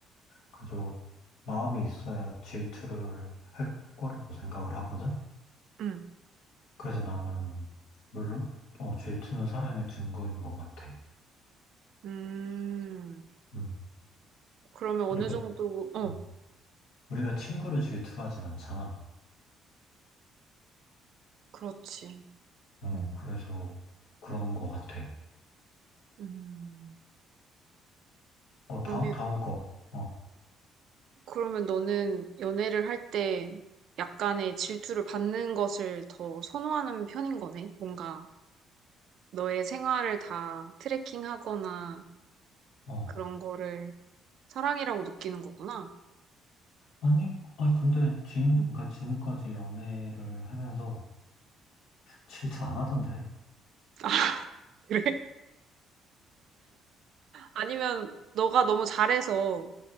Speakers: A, on the left (about 80°); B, on the right (about 60°).
A: 그래도 마음이 있어야 질투를 할 거라고 생각을 하거든.
B: 응,
A: 그래서 나는 물론 어, 질투는 사랑의 증거인 것 같아.
B: 음.
A: 음,
B: 그러면 어느
A: 우리가
B: 정도, 어,
A: 어, 우리가 친구를 질투하진 않잖아.
B: 그렇지.
A: 어,
B: 음,
A: 그래서 그런 것 같아.
B: 음.
A: 어,
B: 그러면
A: 다음 다음 거. 어,
B: 그러면 너는 연애를 할 때 약간의 질투를 받는 것을 더 선호하는 편인 거네? 뭔가 너의 생활을 다 트래킹하거나
A: 어.
B: 그런 거를 사랑이라고 느끼는 거구나.
A: 아니, 아니 근데 지금
B: 응.
A: 그러니까 지금까지 연애를 하면서 질투 안 하던데.
B: 아, <laughs> 그래? 아니면 너가 너무 잘해서